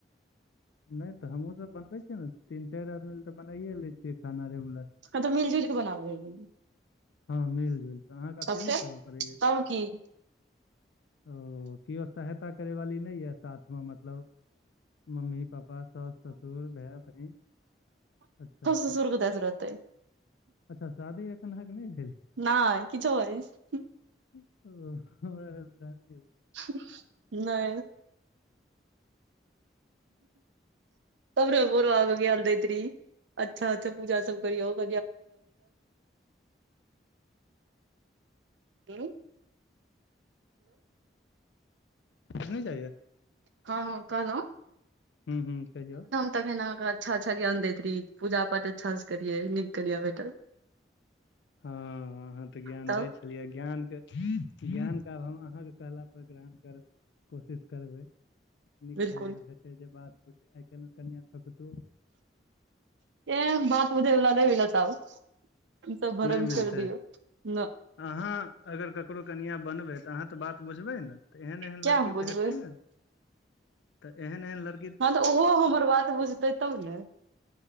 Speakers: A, on the left (about 80°); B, on the right (about 90°).
A: नै तऽ हमहूँसभ बनबै छियै, ने तीन चारि आदमी लए तऽ बनाइए लै छियै, खाना रेगुलर।
B: हँ तऽ, मिल जुल के बनाबे हेबै।
A: हँ मिल जुल कऽ, अहाँके अकेले
B: तब फेर
A: करऽ पड़ैया।
B: तब की
A: ओ किओ सहायता करै वाली नइ यै साथमे मतलब मम्मी पापा, साऊस, ससुर भैय, बहिन अच्छा
B: सा
A: अच्छा
B: <inaudible> ससुर कत स रहतै।
A: अच्छा शादी अखनहग नहि भेल।
B: नाइ किछु बजई छी।
A: ओ <inaudible>
B: <inaudible> नई हमरों बुरबा मुगीयल देतरी। <inaudible> अच्छा -अच्छा पूजा सब करिओ <inaudible> हेलो
A: नई जइया।
B: हँ- हँ कहलंऊ
A: हू- हूँ कहियौ
B: तखन अहाँ हमरा अच्छा -अच्छा ज्ञान देत रही पूजा पाठ अच्छा से करियै नीक करियै बैठल
A: हँ अहाँ तऽ, ज्ञान
B: तब
A: दै छै, कहलियै ज्ञान के ज्ञान के आब हम अहाँके कहला पर ग्रहण करबै। कोशिश करबै। नीक
B: बिलकुल
A: कनआ भेटै जे बात बुझ आइ काइल्ह कनआ सब त कतों
B: ए बात बुझेवला नइ मिलत आब ई सब भरम
A: नहि मिलतै
B: छोइर दियो। न
A: अहाँ अगर ककरो कनिआँ बनबै तऽ, अहाँ तऽ बात बुझबै न, तऽ एहन एहन
B: किया
A: लड़की
B: हम बुझबै
A: तऽ, हेतै न तऽ एहन एहन लड़
B: हँ तऽ ओहो हमर बात बुझतै तब ने।